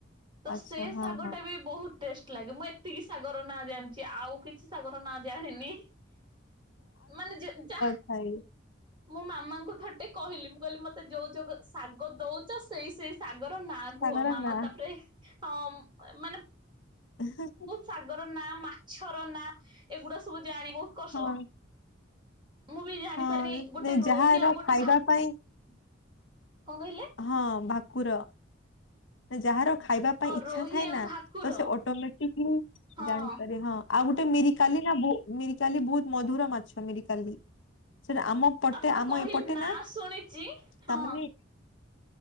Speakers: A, on the right; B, on the left.
A: ତ
B: ଆଚ୍ଛା
A: ସେ
B: ହଁ
A: ଶାଗ
B: ହଁ
A: ଟା ବି ବହୁତ ଟେଷ୍ଟ ଲାଗେ ମୁଁ ଏତିକି ସାଗର ନାଁ ଜାଣିି ଆଉ କିଛି ସାଗର ନା ଜାଣିନି ମାନେ ଯେ ଯା
B: ଖାଇ
A: ମ ମାମାଙ୍କୁ ଥଟେ କହିଲି ମୁଁ କହିଲି ମତେ ଯୋଉ ଯୋ ଶାଗ ଦଉଛ ସେଇ ସେଇ ଶାଗର ନାଁ
B: ଶାଗର
A: କୁହ ମାମା
B: ନା
A: ତାପରେ ହଁ ମାନେ
B: ହ
A: ସାଗର ନା ମାଛର ନା ଏଗୁଡା ସବୁ ଜାଣି ବହୁତ କଷ୍ଟ
B: ହଁ
A: ମୁଁ ବି ଜାଣିପାରିନି
B: ହଁ
A: ଗୋଟେ
B: ନାଇଁ
A: ରୋହି
B: ଯାହାର
A: ଆଉ ଗୋଟେ
B: ଖାଇବା
A: ଭା କଣ
B: ପାଇଁ
A: କହିଲେ?
B: ହଁ ଭାକୁର ଯାହାର ଖାଇବା ପାଇଁ
A: ହଁ
B: ଇଚ୍ଛା
A: ରୋହି
B: ଥାଏ
A: ଆଉ
B: ନା
A: ଭାକୁର
B: ତ ସେ ଅଟୋମେଟିକଲି
A: ହଁ।
B: ଜାଣିରେ ହଁ। ଆଉ ଗୋଟେ ମିରିକାଲି ନା ମିରିକାଲି ବହୁତ ମଧୁର ମାଛ ମିରିକାଲି। ସେଟା ଆମ ପଟେ
A: ଆପଣ
B: ଆମ
A: କହିଲେ
B: ଏପଟେ
A: ନାଁ
B: ନା
A: ଶୁଣିଚି ହଁ
B: ତାମାନେ